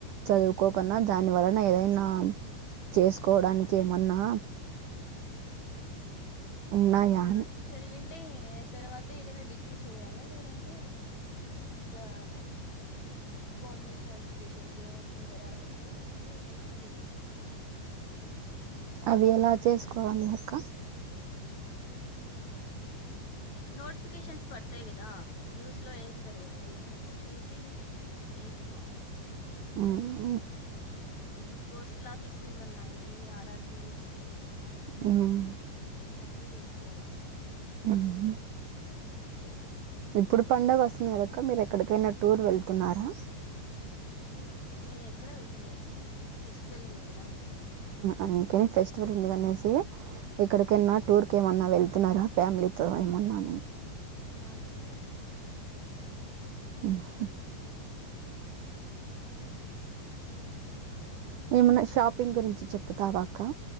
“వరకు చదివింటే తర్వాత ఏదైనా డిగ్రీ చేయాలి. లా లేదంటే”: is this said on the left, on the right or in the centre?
Left